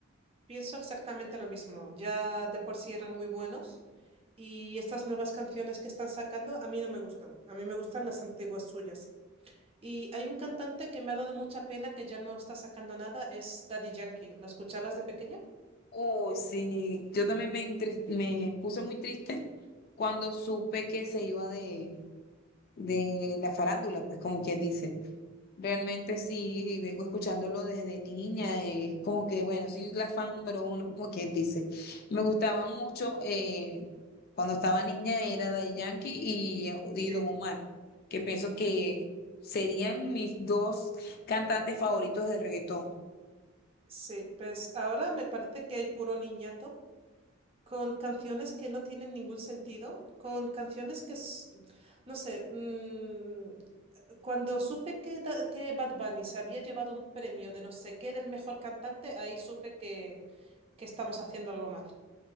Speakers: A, on the right; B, on the left.
A: pienso exactamente lo mismo. Ya de por sí eran muy buenos y estas nuevas canciones que están sacando a mí no me gustan. A mí me gustan las antiguas suyas. Y hay un cantante que me ha dado mucha pena que ya no está sacando nada, es Daddy Yankee. ¿Lo escuchabas de pequeña?
B: Uy, sí, yo también me, entres- me puse muy triste cuando supe que se iba de, de la farándula, pues como quien dice. Realmente sí, y vengo escuchándolo desde niña, es como que, bueno, soy la fan número uno, <laughs> como quien dice. Me gustaba mucho, eh, cuando estaba niña era Daddy Yankee y, y
A: Sí.
B: Don Omar, que pienso que serían mis dos cantantes favoritos de reggaetón.
A: Sí, pues ahora me parece que hay puro niñato con canciones que no tienen ningún sentido, con canciones que, s- no sé, mm, cuando supe que, Da- que Bad Bunny se había llevado un premio de no sé qué del mejor cantante, ahí supe que, que estamos haciendo algo mal.